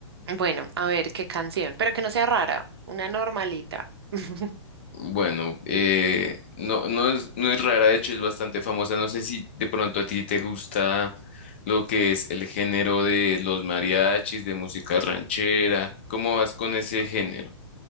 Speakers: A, on the right; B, on the left.
A: Bueno, a ver qué canción, pero que no sea rara, una normalita. <laughs>
B: Bueno, eh, no, no es, no es rara, de hecho es bastante famosa. No sé si de pronto a ti te gusta lo que es el género de los mariachis, de música ranchera. ¿Cómo vas con ese género?